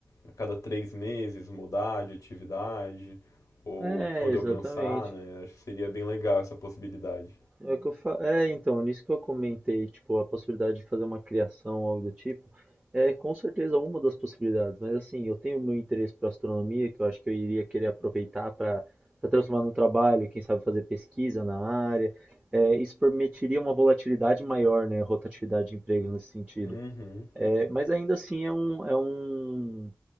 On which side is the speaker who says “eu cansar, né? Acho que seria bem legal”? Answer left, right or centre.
Left